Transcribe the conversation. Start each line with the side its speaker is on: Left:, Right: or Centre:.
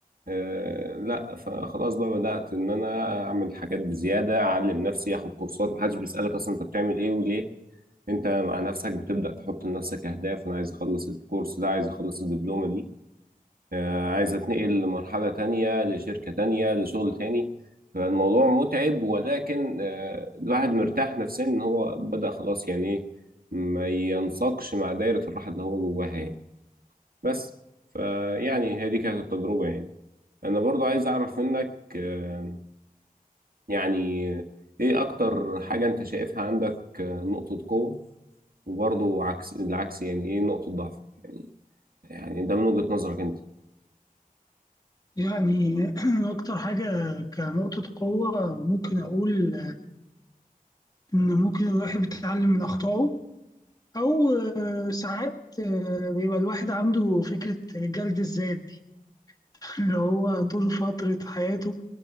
Right: آه لا فخلاص بقى بدات ان انا اعمل حاجات بزياده اعلم نفسي اخد كورسات محدش بيسالك اصلا انت بتعمل ايه وليه انت مع نفسك بتبدا تحط لنفسك اهداف انا عايز اخلص الكورس ده عايز اخلص الدبلومه دي آه، عايز اتنقل لمرحلة تانية لشركة تانية لشغل تاني فالموضوع متعب ولكن آه، الواحد مرتاح نفسيا ان هو بدأ خلاص يعني ايه ما ينساقش مع دايرة الراحة اللي هو جواها يعني بس فيعني هذه كانت التجربة يعني انا برضو عايز اعرف منك آه، يعني ايه اكتر حاجة انت شايفها عندك آه، نقطة قوة وبرضو عكس العكس يعني ايه نقطة ضعف يعني ده من وجهة نظرك انت
Left: يعني <clears throat> اكتر حاجة كنقطة قوة ممكن اقول ان ممكن الواحد بيتعلم من اخطائه او آه، ساعات آه، بيبقى الواحد عنده فكرة جلد الذات دي <laughs> اللي هو طول فترة حياته